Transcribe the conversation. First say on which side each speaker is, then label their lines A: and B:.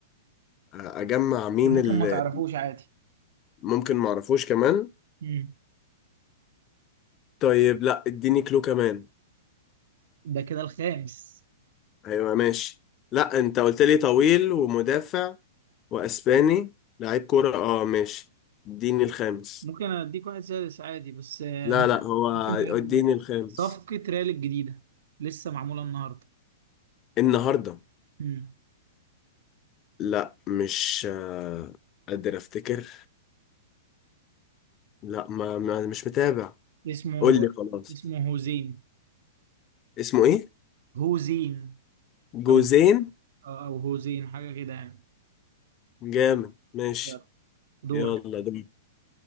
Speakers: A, on the left; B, on the right.
A: اجمع مين
B: ده ممكن
A: اللي
B: ما تعرفوش عادي
A: ممكن معرفوش كمان
B: مم.
A: طيب لا اديني كلو كمان
B: ده كده الخامس
A: هيبقى ماشي لا انت قلت لي طويل ومدافع واسباني لعيب كورة اه ماشي اديني الخامس
B: ممكن اديك واحد سادس عادي بس آه،
A: لا
B: ممكن
A: لا هو
B: ممكن تعرف
A: اديني
B: ده
A: الخامس
B: صفقة ريال الجديدة لسه معمولة النهاردة
A: النهاردة
B: مم.
A: لا مش آه، قادر افتكر لا ما, ما مش متابع
B: اسمه
A: قول لي خلاص
B: اسمه هوزين
A: اسمه ايه
B: هوزين
A: جوزين
B: او او هوزين حاجة كده يعني
A: جامد ماشي
B: يلا. دور
A: يلا ده